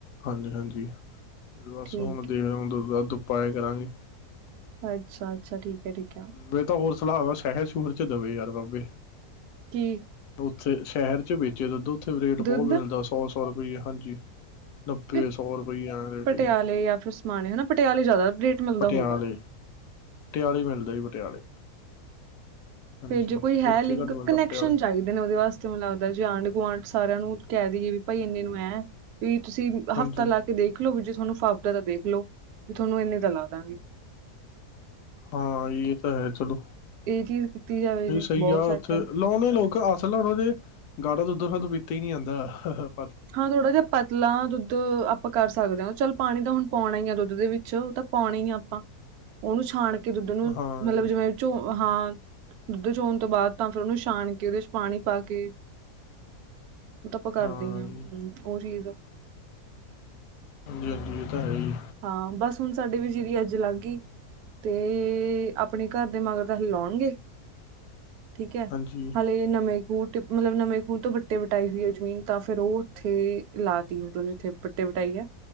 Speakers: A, on the left; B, on the right.
A: ਹਾਂਜੀ- ਹਾਂਜੀ ਤੇ ਬਸ
B: ਠੀਕ
A: ਹੁਣ ਦੇਖਦਾ ਹੁਣ ਦੁੱਧ ਦੱਧ ਤੋ ਪਾਏ ਕਰਾਂਗੇ।
B: ਅੱਛਾ -ਅੱਛਾ ਠੀਕ। ਹੈ ਠੀਕ ਹੈ
A: ਮੈਂ ਤਾਂ ਹੋਰ ਸਲਾਹ ਵਾਂ ਸ਼ਹਿਰ ਸ਼ੂਹਰ ਚ ਦਵੇ ਯਾਰ ਬਾਬੇ।
B: ਕੀ
A: ਉੱਥੇ ਸ਼ਹਿਰ ਚ ਵੇਚੇ ਦੁੱਧ ਉੱਥੇ ਰੇਟ ਬਹੁਤ
B: ਦੁੱਧ
A: ਮਿਲਦਾ ਸੌ- ਸੌ ਰੁਪਈਏ ਹਾਂਜੀ। ਨੱਬੇ
B: ਫਿਰ
A: ਸੌ ਰੁਪਈਏ ਐ ਰੇਟ
B: ਪਟਿਆਲੇ
A: ਈ
B: ਜਾਂ ਫਿਰ ਸਮਾਣੇ ਹਨਾ ਪਟਿਆਲੇ ਜ਼ਿਆਦਾ ਰੇਟ ਮਿਲਦਾ
A: ਪਟਿਆਲੇ।
B: ਹੋਊਗਾ
A: ਪਟਿਆਲੇ ਮਿਲਦਾ ਜੀ ਪਟਿਆਲੇ। ਹਾਂਜੀ
B: ਫੇਰ ਜੇ ਕੋਈ ਹੈ
A: ਇੱਥੇ
B: ਲਿੰਕ
A: ਘੱਟ ਮਿਲਦਾ
B: ਕਨੈਕਸ਼ਨ
A: ਪਟਿਆਲੇ
B: ਚਾਹੀਦੇ ਨੇ ਉਹਦੇ ਵਾਸਤੇ ਮੈਨੂੰ ਲੱਗਦਾ ਜੇ ਆਂਢ -ਗੁਆਂਢ ਚ ਸਾਰਿਆਂ ਨੂੰ ਕਹਿ ਦੇਈਏ ਵੀ ਭਾਈ ਇੰਨੇ ਨੂੰ ਐਂ ਵੀ ਤੁਸੀਂ
A: ਹਾਂਜੀ
B: ਹਫ਼ਤਾ ਲਾ ਕੇ ਦੇਖਲੋ ਵੀ ਜੇ ਤੁਹਾਨੂੰ ਫ ਤਾਂ ਦੇਖ ਲੋ ਵੀ ਤੁਹਾਨੂੰ ਇੰਨੇ ਦਾ ਲਾਦਾਂਗੇ।
A: ਹਾਂ ਇਹ ਤਾਂ ਹੈ ਚਲੋ
B: ਇਹ ਚੀਜ਼ ਕੀਤੀ ਜਾਵੇ
A: ਇਹ
B: ਜੇ
A: ਸਹੀ
B: ਬਹੁਤ
A: ਆ
B: ਸੈੱਟ
A: ਉੱਥੇ
B: ਹੈ
A: ਲਾਉਣੇ ਲੋਕ ਅਸਲ ਉਹਨਾਂ ਦੇ ਗਾੜਾ ਦੁੱਧ ਪੀਤਾ ਹੀ ਨੀ ਜਾਂਦਾ।
B: ਹਾਂ ਥੋੜਾ ਜਿਹਾ ਪਤਲਾ ਦੁੱਧ ਆਪਾਂ ਕਰ ਸਕਦੇ ਹਾਂ ਚੱਲ ਪਾਣੀ ਤਾਂ ਹੁਣ ਪਾਉਣਾ ਹੀ ਆ ਦੁੱਧ ਦੇ ਵਿੱਚ ਉਹ ਤਾਂ ਪਾਉਣਾ ਹੀ ਆ ਆਪਾਂ ਉਹਨੂੰ ਛਣ ਕੇ ਕਿ ਦੁੱਧ ਨੂੰ
A: ਹਾਂ
B: ਮਤਲਬ,
A: ਜੀ
B: ਜਿਵੇਂ ਓਹਦੇ ਚ ਹਾਂ। ਦੁੱਧ ਚੋਣ ਤੋਂ ਬਾਅਦ ਤਾਂ ਫਿਰ ਉਹਨੂੰ ਛਾਣ ਕੇ ਉਹਦੇ ਚ ਪਾਣੀ ਪਾ ਕੇ ਧੁੱਪ ਕਰਦੀ
A: ਹਾਂ
B: ਆ।
A: ਜੀ
B: ਓਹੀ ਦਾ
A: ਹਾਂਜੀ ਹਾਂਜੀ ਇਹ ਤਾਂ ਹੈ ਹੀ
B: ਹਾਂ। ਬਸ ਹੁਣ ਸਾਡੀ ਝੀਰੀ ਅੱਜ ਲੱਗ ਗਈ ਤੇ ਆਪਣੇ ਘਰ ਦੇ ਮਗਰ ਤਾਂ ਅਸੀ ਲਾਉਣਗੇ ਠੀਕ ਹੈ
A: ਹਾਂਜੀ
B: ਹਾਲੇ ਨਵੇਂ ਖੂਹ ਮਤਲਬ ਨਵੇਂ ਖੂਹ ਤੋਂ ਬੱਟੇ ਵਟਾਈ ਹੋਈ ਹੈ ਜਮੀਨ ਤਾਂ ਫੇਰ ਉਹ ਉੱਥੇ ਲਾ ਤੀ ਮਤਲਬ ਜਿੱਥੇ ਬੱਟੇ ਵਟਾਈ ਆ